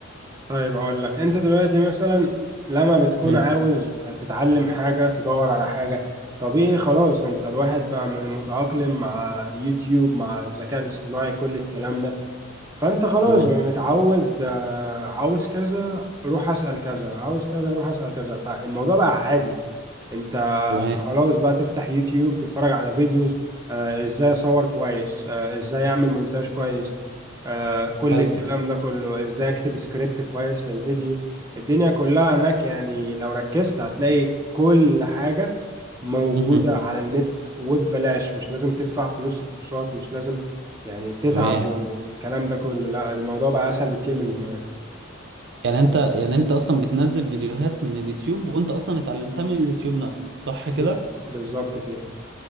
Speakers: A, on the right; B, on the right.
A: طيب هقول لك انت دلوقتي مثلا لما بتكون
B: مم.
A: عاوز تتعلم حاجة تدور على حاجة طبيعي خلاص انت الواحد بقى من- متأقلم مع يوتيوب مع الذكاء الاصطناعي كل الكلام ده فانت خلاص
B: تمام
A: متعود آه، عاوز كذا روح اسأل كذا عاوز كذا روح اسأل كذا فالموضوع بقى عادي انت
B: تمام
A: خلاص بقى تفتح يوتيوب تتفرج على فيديوز آه، ازاي اصور كويس آه، ازاي اعمل مونتاج كويس آه، كل
B: حلو
A: الكلام ده كله ازاي اكتب سكريبت كويس للفيديو الدنيا كلها هناك يعني لو ركزت هتلاقي كل حاجة موجودة
B: مهم.
A: على النت وببلاش مش لازم تدفع فلوس في الكورسات مش لازم يعني تتعب
B: تمام
A: والكلام ده كله لا الموضوع بقى اسهل بكتير من زمان
B: يعني أنت يعني أنت أصلا بتنزل فيديوهات من اليوتيوب وأنت أصلا اتعلمتها من اليوتيوب نفسه صح
A: ب...
B: كده
A: بالظبط كده